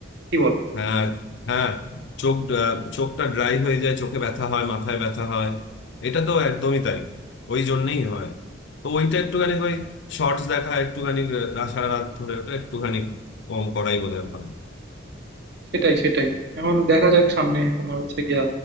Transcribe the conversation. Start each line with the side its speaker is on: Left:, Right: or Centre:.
Right: কি বলো
Left: হ্যাঁ হ্যাঁ চোখ আহ, চোখটা ড্রাই হয়ে যায় চোখে ব্যথা হয় মাথায় ব্যথা হয় এটা তো একদমই তাই ওই জন্যই হয় তো ওইটা একটুখানি ওই শর্টস দেখা একটুখানি আহ, রা- সারা রাত ধরে ওটা একটুখানি কম করাই বোধহয় ভালো
Right: সেটাই সেটাই এখন দেখা যাক সামনে তোমার হচ্ছে গিয়া